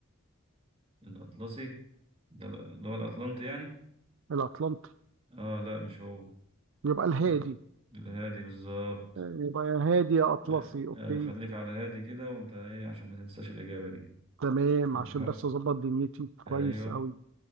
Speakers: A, on the right; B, on the right.
A: الأطلسي ده اللي هو الأطلنطي يعني؟
B: الاطلنطي
A: آه لا مش هو
B: يبقى الهادي
A: ال- الهادي بالظبط
B: يبقى يا هادي يا اطلسي
A: آه،
B: اوكي
A: ايوه خليك على هادي كده وانت ايه عشان ما تنساش الاجابه دي
B: تمام
A: المحق
B: عشان بس اظبط دنيتي كويس
A: ايوه
B: قوي